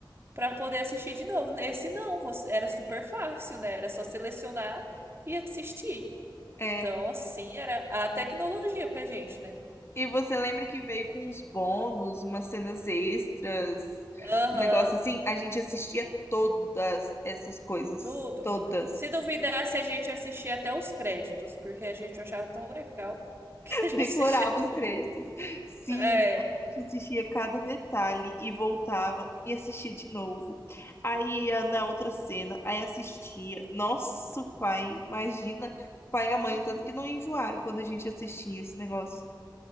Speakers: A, on the right; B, on the left.
A: para poder assistir de novo. Esse não, você- era super fácil, né? Era só selecionar e assistir.
B: É.
A: Então, assim, era a tecnologia pra gente, né?
B: E você lembra que veio com uns bônus, umas cenas extras,
A: Aham.
B: um negócio assim? A gente assistia todas essas coisas.
A: tudo.
B: Todas.
A: Se duvidasse, a gente assistia até os créditos, porque a gente achava tão legal <laughs> que a gente
B: decorava
A: <laughs> assistia tudo.
B: os créditos. Sim,
A: É,
B: a gente assistia cada detalhe e voltava e assistia de novo. Aí ia na outra cena, aí assistia. Nosso pai, imagina o pai e a
A: uhum,
B: mãe, o tanto que não enjoaram quando a gente assistia esse negócio.